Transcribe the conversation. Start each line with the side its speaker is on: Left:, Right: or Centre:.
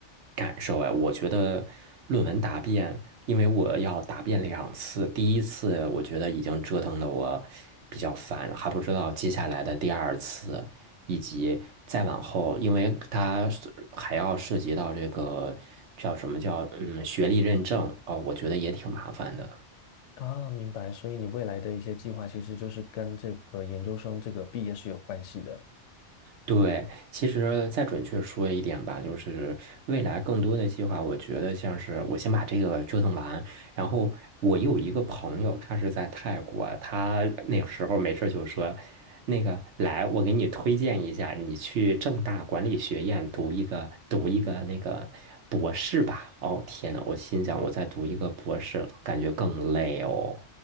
Right: 感受哎，我觉得论文答辩，因为我要答辩两次，第一次我觉得已经折腾的我比较烦，还不知道接下来的第二次。以及再往后，因为它还要涉及到这个叫什么叫嗯学历认证啊，我觉得也挺麻烦的。
Left: 啊，明白。所以你未来的一些计划，其实就是跟这个研究生这个毕业是有关系的。
Right: 对，其实再准确说一点吧，就是未来更多的计划，我觉得像是我先把这个折腾完，然后我有一个朋友，他是在泰国，他那个时候没事儿就说，那个来，我给你推荐一下，你去正大管理学院读一个读一个那个博士吧。哦，天呐，我心想我再读一个博士，感觉更累哦。